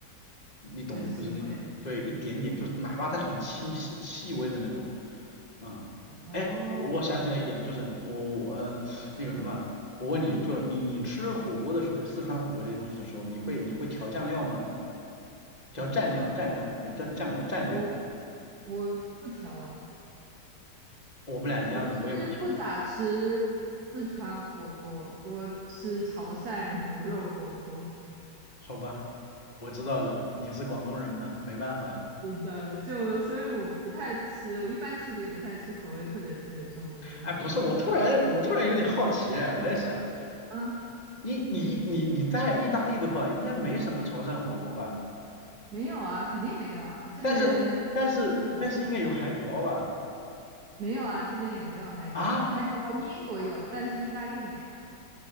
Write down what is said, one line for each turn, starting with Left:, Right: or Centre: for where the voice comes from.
Left: 你懂的，
Right: 就是腥味。
Left: 就是那种，对，一点点，就是哪怕它很清晰、细微的那种，嗯，
Right: 哦，
Left: 哎，我我想起来一点了，就是我我嗯、呃那个什么，我问你就你你吃火锅的时候，就四川火锅这些东西的时候，你会你会调酱料吗？调蘸料，
Right: 我不调，
Left: 蘸料也不叫酱料，蘸料，
Right: 我我不调了。
Left: 我们俩一样的，
Right: 我其实不咋吃四川火锅，
Left: 我也不调，
Right: 我吃潮汕牛肉火锅。
Left: 好吧，我知道了，你是广东人嘛，没办法。
Right: 是的，就所以我不太吃，我一般其实也不太吃口味特别特别重的东西。
Left: 哎，不是，我突然我突然有点好奇，哎，我在想，
Right: 嗯，
Left: 你你你你在意大利的话，应该没什么潮汕火锅吧？
Right: 没有啊，肯定没有啊，这边
Left: 但是但是但是应该有海底捞吧？
Right: 就没有啊，这边也没有海底捞，
Left: 啊
Right: 海底捞英国有，但是意大利没有，